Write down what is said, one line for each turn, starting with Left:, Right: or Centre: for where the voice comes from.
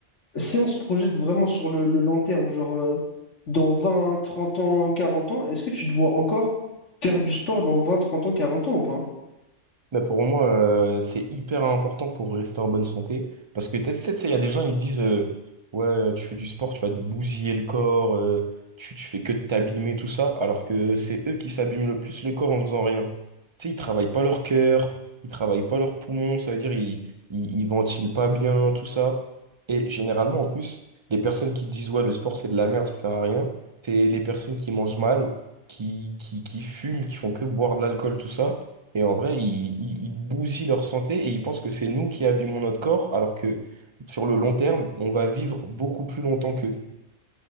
Left: si on se projette vraiment sur le, le long terme, genre euh, dans vingt, trente ans, quarante ans, est-ce que tu te vois encore faire du sport dans 20, 30 ans, 40 ans ou pas?
Right: Mais pour moi, euh, c'est hyper important pour rester en bonne santé. Parce que tu sais, tu sais, il y a des gens, ils disent euh, Ouais, tu fais du sport, tu vas te bousiller le corps, euh, tu, tu fais que de t'abîmer, tout ça. Alors que c'est eux qui s'abîment le plus le corps en faisant rien. Tu sais, ils travaillent pas leur cœur, ils travaillent pas leurs poumons, ça veut dire ils, ils, ils ventilent pas bien, tout ça. Et généralement, en plus, les personnes qui disent Ouais, le sport, c'est de la merde, ça sert à rien, c'est les personnes qui mangent mal, qui, qui, qui fument, qui font que boire de l'alcool, tout ça. Et en vrai, ils, ils- ils bousillent leur santé et ils pensent que c'est nous qui abîmons notre corps, alors que sur le long terme, on va vivre beaucoup plus longtemps qu'eux.